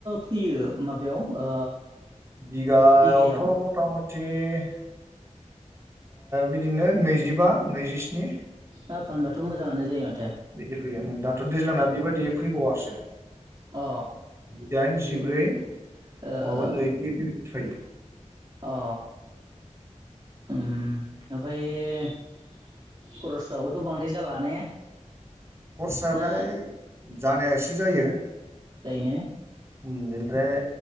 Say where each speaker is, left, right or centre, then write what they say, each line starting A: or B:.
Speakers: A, on the right; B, on the right.
A: फैयो माबायाव ओ
B: बिगायावथ'
A: बिगायाव।
B: मथा मथि ओ बिदिनो नैजिबा नैजिस्नि।
A: हा फानबाथ मोजाङानो जायो। माथो
B: बिदि फैयो उम दाथ दैज्लांना बिबादि फैबावासो।
A: अ
B: दाइन जिब्रै मङाबा
A: ओ ओ
B: नैदनि बिफायो।
A: अ उम ओमफाय खरसबाबोथ बांद्राय जाला ने।
B: खरसायालाय
A: ना
B: जानाया एसे जायो।
A: जायो ने
B: उम बेनिफ्राय